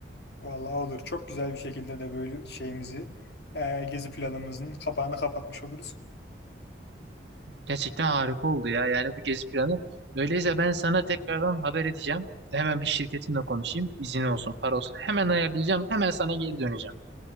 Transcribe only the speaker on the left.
Vallahi olur. Çok güzel bir şekilde de böyle şeyimizi e, gezi planımızın kapağını kapatmış oluruz.